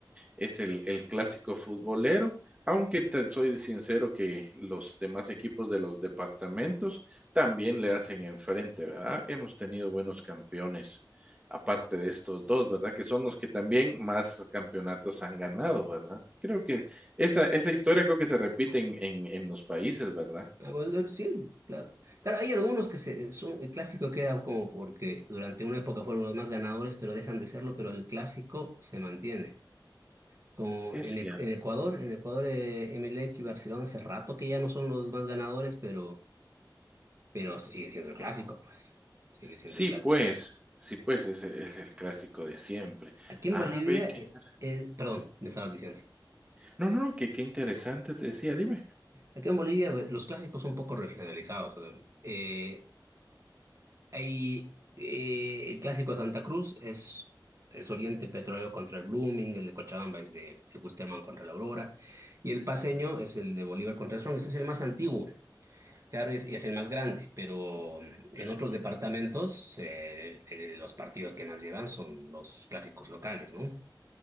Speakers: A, on the right (about 15°); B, on the right (about 40°).
A: es el el clásico futbolero, aunque te soy sincero que los demás equipos de los departamentos también le hacen enfrente, ¿verdad? Hemos tenido buenos campeones, aparte de estos dos ¿verdad? Que son los que también más campeonatos han ganado, ¿verdad? Creo que esa esa historia creo que se repite en en en los países, ¿verdad?
B: Ah, bueno, pero sí, claro. Claro, hay algunos que se, eh, son, el clásico queda como porque durante una época fueron los más ganadores, pero dejan de serlo, pero el clásico se mantiene. Como
A: Es
B: en,
A: cier
B: E- en Ecuador, en Ecuador, eh, Emelec y Barcelona hace rato que ya no son los más ganadores, pero, pero sigue siendo el
A: Ah,
B: clásico, pues. Sigue siendo
A: sí,
B: el clásico.
A: pues, sí, pues, ese es el clásico de siempre.
B: Aquí en
A: Ah,
B: Bolivia,
A: ve, qué
B: eh,
A: interes
B: eh, perdón, me estabas diciendo.
A: no, no, no, que qué interesante, te decía, dime.
B: Aquí en Bolivia eh, los clásicos son un poco regionalizados. eh, Hay eh, el clásico de Santa Cruz es, es Oriente Petrolero contra el Blooming, el de Cochabamba es de el Wisterman contra la Aurora, y el paseño
A: Mm,
B: es el de Bolívar contra el Strong, ese es el más antiguo, claro, es- y es el más grande, pero en otros
A: sí,
B: departamentos eh, eh, los partidos que más llevan son los clásicos locales, ¿no?